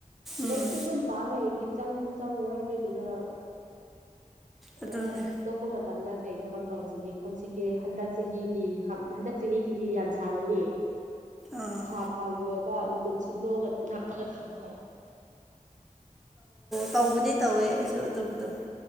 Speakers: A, in the centre; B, on the right.
A: ꯎꯝ
B: ꯂꯩꯒ ꯇ ꯑꯗꯨꯝ ꯄꯥꯂ ꯏꯗꯤ ꯆꯪꯁꯨ ꯆꯪ ꯋꯥꯗꯣꯏ ꯑꯗꯨꯗ
A: ꯑꯗꯨꯅꯦ
B: ꯑꯣ ꯑꯇꯣꯞꯄ ꯃꯇꯝꯗ ꯀꯔꯤ ꯊꯕꯛ ꯇꯧꯁꯤꯒꯦ ꯈꯣꯠꯁꯤꯒꯦ ꯍꯟꯗꯛ ꯆꯍꯤꯒꯤ ꯍꯟꯗꯛ ꯆꯍꯤꯒꯤꯗꯤ ꯌꯥꯝ ꯁꯥꯡꯉꯅꯤ
A: ꯑꯥ
B: ꯊꯥ ꯊꯥꯒꯤ ꯑꯣꯏꯕ ꯔꯨꯇꯤꯟ ꯁꯦꯝꯗꯣꯛꯑꯒ ꯅꯞꯄꯒ ꯊꯝꯃꯣ
A: ꯇꯧꯕꯗꯤ ꯇꯧꯋꯦ ꯑꯩꯁꯨ ꯑꯗꯨꯕꯨꯗꯣ